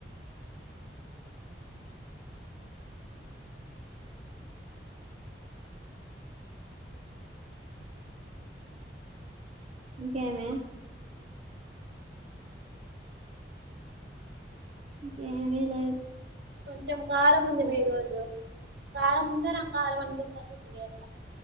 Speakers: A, on the right (about 35°); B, on the right (about 65°).
A: ఇంకెమే ఇంక ఏమి లేదు
B: కొంచెం కారం ఉంది
A: మ్మ్.
B: మే ఈరోజు కారం ఉందో నాకు కారం అనిపిస్తుందో తెలియట్ల